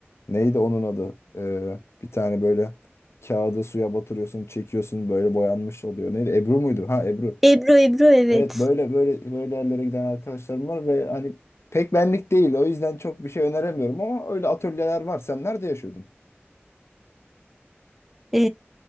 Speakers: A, on the left (about 80°); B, in the centre.
A: Neydi onun adı? E, bir tane böyle kağıdı suya batırıyorsun, çekiyorsun böyle boyanmış oluyor. Neydi? Ebru muydu? Ha Ebru.
B: Ebru Ebru evet.
A: Evet böyle böyle böyle yerlere giden arkadaşlarım var ve hani pek benlik değil. O yüzden çok bir şey öneremiyorum ama öyle atölyeler var. Sen nerede yaşıyordun?
B: E,